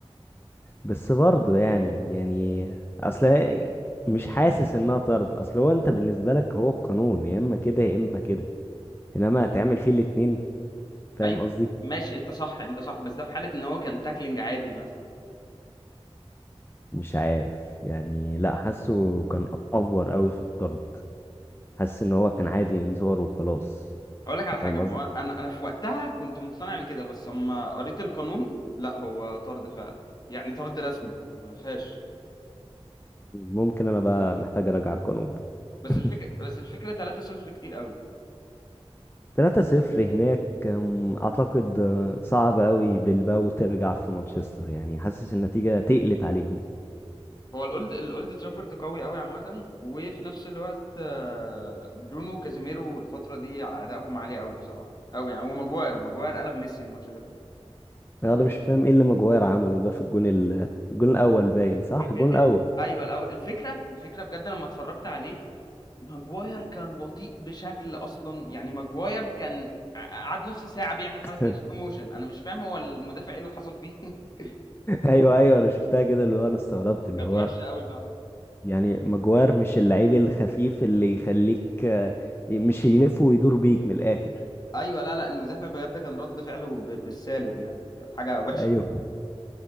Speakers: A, on the left; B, on the left.
A: بس برضه يعني يعني اصل هي- مش حاسس انها طرد اصل هو انت بالنسبه لك هو القانون يا اما كده يا اما كده انما هتعمل فيه الاتنين فاهم
B: ايوه
A: قصدي
B: ماشي انت صح انت صح بس ده في حاله ان هو كان تاكلينج عادي مثلا
A: مش عارف يعني لا حاسه كان افور قوي في الطرد حاسس ان هو كان عادي انذار وخلاص
B: اقول لك
A: فاهم
B: على حاجه هو
A: قصدي
B: انا انا في وقتها كنت مقتنع بكده بس اما قريت القانون لا هو طرد فعلا يعني طرد رسمي ما فيهاش
A: ممكن انا بقى محتاج اراجع القانون <laughs>
B: بس الفكره بس الفكره 3-0 كتير قوي
A: 3-0 هناك أم، اعتقد أه، صعب قوي بلباو ترجع في مانشستر يعني حاسس النتيجه تقلت عليهم
B: هو الاولد الاولد ترافورد قوي قوي عامه وفي نفس الوقت آه، برونو كازيميرو الفتره دي ادائهم عالي قوي بصراحه قوي يعني وماجواير ماجواير قلب ميسي الماتش اللي فات
A: انا مش فاهم ايه اللي ماجواير عمله ده في الجون ال... الجون الاول باين صح
B: ال...
A: الجون الاول
B: ال... ايوه الاول الفكره الفكره بجد لما اتفرجت عليه ماجواير كان بطيء بشكل اصلا يعني ماجواير كان ع- قعد نص ساعه بيعمل حركه
A: <laughs>
B: دي سلو موشن انا مش فاهم هو المدافع ايه اللي حصل فيه <laughs>
A: ايوه ايوه انا شفتها كده اللي هو انا استغربت اللي
B: كانت
A: هو
B: وحشه قوي فعلا
A: يعني ماجواير مش اللعيب الخفيف اللي يخليك آه، مش يلف ويدور بيك من الاخر
B: ايوه لا لا المدافع بجد كان رد فعله ب... بالسالب يعني كانت حاجه وحشه
A: ايوه